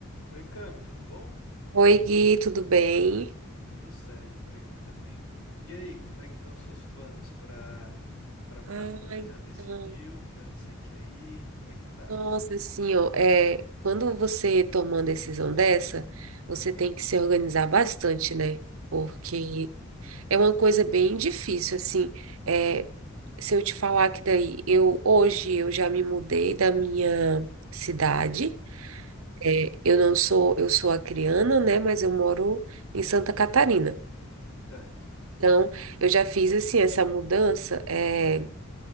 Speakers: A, on the left (about 85°); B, on the right (about 75°).
A: Oi, Cami, tudo bom?
B: Oi, Gui, tudo bem?
A: Tudo certo por aqui também. E aí, como é que estão seus planos para para morar
B: Ah,
A: fora?
B: então.
A: Já decidiu para onde você quer ir? Como é que tá?
B: Nossa, assim, ó, é, quando você toma uma decisão dessa, você tem que se organizar bastante, né?
A: Uhum,
B: Porque é uma coisa bem difícil, assim. É, se eu te falar que daí, eu hoje eu já me mudei da minha cidade.
A: aham,
B: é, Eu não sou, eu sou acriana, né? Mas eu moro em Santa Catarina.
A: certo.
B: Então, eu já fiz assim essa mudança. é,